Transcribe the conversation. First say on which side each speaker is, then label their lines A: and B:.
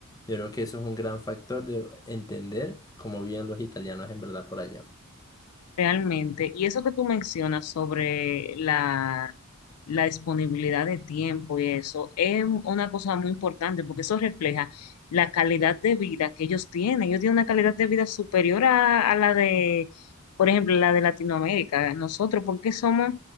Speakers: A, on the left; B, on the left.
A: Yo creo que eso es un gran factor de entender cómo viven los italianos en verdad por allá.
B: Realmente, y eso que tú mencionas sobre la, la disponibilidad de tiempo y eso, es una cosa muy importante porque eso refleja la calidad de vida que ellos tienen. Ellos tienen una calidad de vida superior a, a la de, por ejemplo, la de Latinoamérica. Nosotros, porque somos,